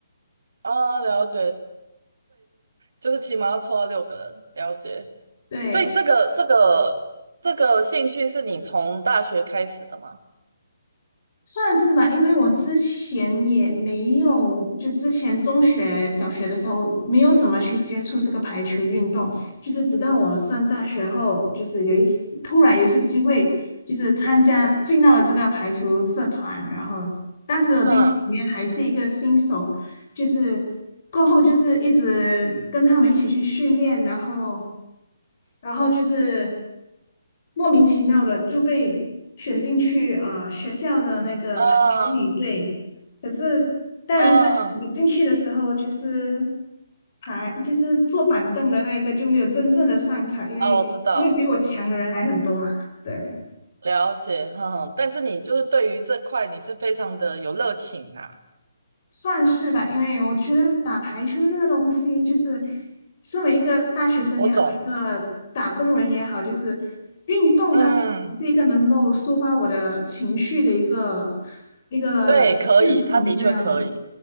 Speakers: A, on the right; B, on the left.
A: 啊，了解，就是起码要凑到六个人，了解。
B: 对，
A: 所以这个这个这个兴趣是你从大学开始的吗？
B: 算是吧，因为我之前也没有，就之前中学、小学的时候没有怎么去接触这个排球运动，就是直到我上大学后，就是有一次突然有一次机会，就是参加进到了这个排球社团，然后当时我进去里面还是一个新手，
A: 嗯
B: 就是过后就是一直跟他们一起去训练，然后然后就是。莫名其妙的就被选进去呃学校的那个排球女队。
A: 嗯
B: 可是当然，
A: 嗯，
B: 我进去的时候就是还就是坐板凳的那个就没有真正的上场，因为因为比我强的人还很多嘛。
A: 哦，我知道，
B: 对，
A: 了解，嗯。但是你就是对于这块你是非常的有热情啊，
B: 算是吧，因为我觉得打排球这个东西，就是身为一个大学生也好，
A: 我懂。
B: 一个打工人也好，就是运动它是一个能够抒发我的情绪的一个
A: 嗯，
B: 一个事情这样的。
A: 对，可以，他的确可以，